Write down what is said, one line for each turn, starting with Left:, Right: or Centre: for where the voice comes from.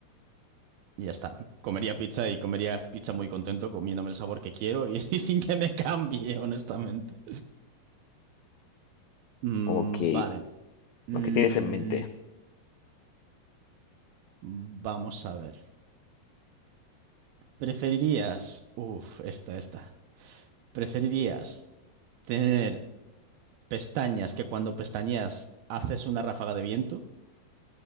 Right: Y ya está. Comería pizza y comería pizza muy contento, comiéndome el sabor que quiero y, <laughs> y sin que me cambie, honestamente. Mm,
Left: Ok.
Right: vale. Mm,
Left: ¿no? ¿Qué tienes en mente?
Right: vamos a ver. ¿Preferirías, uff esta, esta, ¿preferirías tener pestañas que cuando pestañeas haces una ráfaga de viento